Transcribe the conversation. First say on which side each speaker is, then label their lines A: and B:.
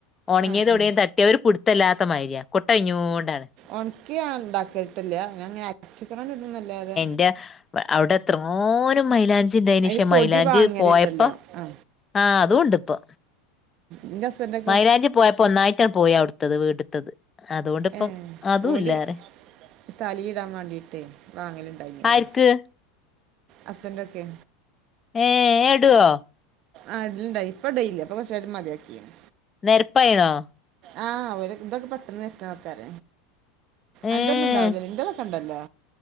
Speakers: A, on the left (about 20°); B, on the right (about 50°).
A: ഉണങ്ങിയതോടെയും
B: ആ ആ
A: തട്ട അവര് പുടുത്തല്ലാത്ത മാരിയ കുട്ട കഞ്ഞൊണ്ടാണ്
B: ഉണക്കിയ ഉണ്ടാക്കിയിട്ടില്ല അങ്ങനെ ഞ അച്ചിക്കണം കിട്ടുന്നല്ലാ അത്
A: എന്റെ അവിടെ എത്രോനും മൈലാഞ്ചി ഉണ്ടായിന്
B: അതിൽ
A: പക്ഷേ
B: പൊടി
A: മൈലാഞ്ചി
B: വാങ്ങലുണ്ടല്ലോ
A: പോയപ്പോ
B: ആ
A: ആഹ് അതുണ്ട് ഇപ്പൊ
B: നിന്റെ ഹസ്ബന്റ്
A: മൈലാഞ്ചി പോയപ്പോ ഒന്നായിട്ടാണ് പോയി അവിടുത്തത് വീട്ടത്തത് അതുകൊണ്ടിപ്പം
B: ഏഹ്
A: അതും
B: ഓല്
A: ഇല്ലാരേ
B: തലീടാൻ വാണ്ടിയിട്ടേ വാങ്ങല്ണ്ടായീനി പറിയാ
A: ആർക്ക്
B: ഹസ്ബൻഡൊക്കെ
A: ഏഹ് എടുവോ?
B: ആ ഇടല്ണ്ടായിനി ഇപ്പെടേല്ല്യ ഇപ്പൊ കൊറച്ചായിട്ട് മതിയാക്കിണ്
A: നെരപ്പായിണോ?
B: ആഹ് ഓര് ഇതൊക്കെ പെട്ടെന്ന് നെരക്ക്ണാൾക്കാര
A: ഏഹ്
B: അന്റൊന്നും ഇണ്ടാവുലല്ലേ? ഇന്റെതൊക്കണ്ടല്ലോ